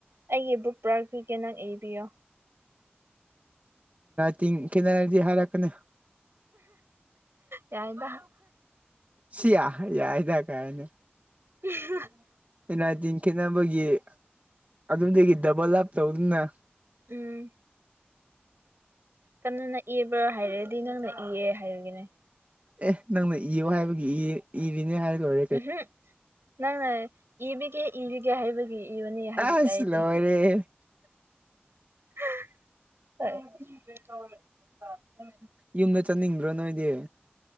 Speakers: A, on the right; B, on the right.
A: ꯑꯩꯒꯤ ꯕꯨꯛ ꯄꯨꯔꯛꯄꯤꯒꯦ ꯅꯪ ꯏꯕꯤꯌꯣ
B: ꯇꯤꯡ ꯈꯦꯅꯔꯗꯤ ꯍꯥꯏꯔꯛꯀꯅꯤ
A: ꯌꯥꯏꯗ
B: ꯁꯤ ꯌꯥ ꯌꯥꯏꯗ ꯀꯥꯏꯅ
A: ꯎ <inaudible>
B: ꯑꯦꯅꯥ <inaudible> ꯑꯥꯏꯇꯤꯟ ꯈꯦꯟꯅꯕꯒꯤ ꯑꯗꯨꯝꯗꯒꯤ ꯗꯕꯜ ꯂꯥꯞ ꯇꯧꯗꯨꯅ
A: ꯎꯝ ꯀꯅꯥꯅ ꯏꯕ꯭ꯔꯥ ꯍꯥꯏꯔꯗꯤ ꯅꯪꯅ ꯏꯑꯦ ꯍꯥꯏꯕꯤꯒꯦꯅꯦ
B: ꯑꯦ ꯅꯪꯅ ꯏꯌꯣ ꯍꯥꯏꯕꯒꯤ ꯏꯌꯦ ꯏꯔꯤꯅꯦ ꯍꯥꯏ ꯂꯣꯏ
A: ꯎꯝꯍꯨꯝ ꯅꯪꯅ ꯏꯕꯤꯒꯦ ꯏꯕꯤꯒꯦ ꯍꯥꯏꯕꯒꯤ ꯏꯕꯅꯤ ꯍꯥꯏꯕꯤꯕ
B: ꯑꯁ
A: ꯑꯩꯗꯤ
B: ꯂꯣꯏꯔꯦ
A: <inaudible> ꯑ ꯎꯝ <inaudible>
B: ꯌꯨꯝꯗ ꯆꯠ ꯅꯤꯡꯗ꯭ꯔꯣ ꯅꯣꯏꯗꯤ